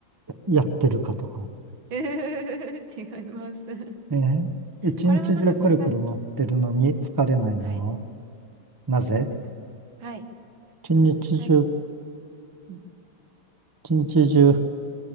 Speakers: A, on the right (about 20°); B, on the right (about 75°).
A: やってるかとか。
B: <laughs> えー、違います。<laughs>
A: えー一日中くるくる回ってるのに疲れないのは
B: これもなんかさっき、はい、
A: なぜ
B: なんか、はい、
A: 一日中、
B: あとさっき、うん
A: 一日中回